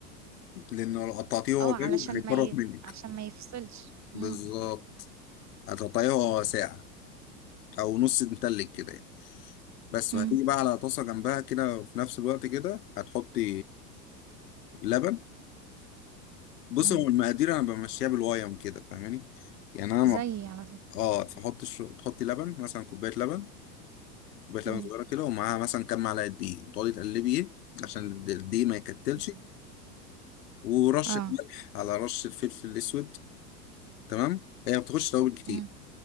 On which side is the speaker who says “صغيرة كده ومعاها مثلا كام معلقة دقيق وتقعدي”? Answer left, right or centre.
Left